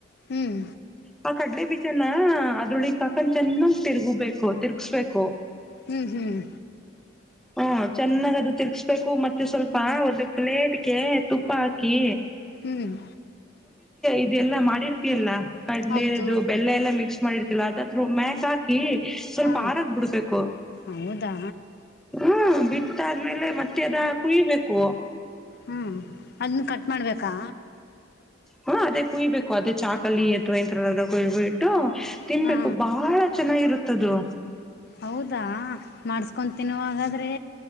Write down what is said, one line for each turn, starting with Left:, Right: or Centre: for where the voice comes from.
Left: ಹ್ಮ್
Centre: ಪ ಕಡಲೆ ಬಿ ಚನ ಅದ್ರೊಳಿಗ್ ಕಾಕೊಂಡ ಚೆನ್ನಾಗ್ ತಿರುಗಬೇಕು ತಿರ್ಗ್ಸ್ಬೇಕು
Left: ಹ್ಮ್ ಹ್ಮ್
Centre: ಹ್ಮ ಚೆನ್ನಾಗದು ತಿರ್ಸ್ಬೇಕು ಮತ್ತೆ ಸ್ವಲ್ಪ ಒಂದು ಪ್ಲೇಟ್ಗೆ ತುಪ್ಪ ಹಾಕಿ
Left: ಹ್ಮ್
Centre: ಇದೆಲ್ಲ ಮಾಡಿ ಲ್ಲ ಕಡಲೆ
Left: ಹೌದು
Centre: ಅದು ಬೆಲ್ಲೆ ಎಲ್ಲಾ ಮಿಕ್ಸ್ ಮಾಡಿರ್ತಿಲ್ಲಾ ಅದ್ರೂ ಮ್ಯಾಕ್ ಹಾಕಿ ಸ್ವಲ್ಪ
Left: ಹಾ
Centre: ಆರಾಗ ಬಿಡ್ಬೇಕು
Left: ಹೌದಾ
Centre: ಹ್ಮ್ ಬಿಟ್ಟಾದ್ಮೇಲೆ ಮತ್ತೆ ಅದಾ ಕುಯಿಬೇಕು
Left: ಹ್ಮ್ ಅದನ್ನ ಕಟ್ ಮಾಡ್ಬೇಕಾ
Centre: ಹ್ಮ ಅದೇ ಕು್ಬೇಕು ಅದೇ ಚಾಕಲಿ
Left: ಹ್ಮ
Centre: ಅಥವಾ ಇಥರ ಗಬ ಇಟು ತಿನ್ಬೇಕು
Left: ಹಾ
Centre: ಬಹಳ ಚೆನ್ನಾಗಿರುತ್ತದು
Left: ಹೌದು ಮಾಡ್ಸ್ಕೊ ತಿನ್ನುವಾದರೆ